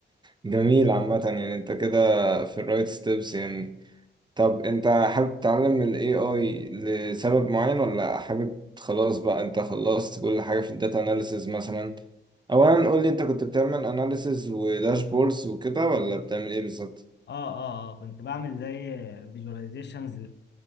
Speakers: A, on the right; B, on the left.
A: جميل عامة يعني انت كده في الرايت ستيبس يعني طب انت حابب تتعلم ال AI لسبب معين ولا حابب خلاص بقى انت خلصت كل حاجة في الداتا اناليسز مثلا اولا قول لي انت كنت بتعمل اناليسز وداشبوردز وكده ولا بتعمل ايه بالظبط
B: اه اه آه، كنت بعمل زي فيجواليزيشنز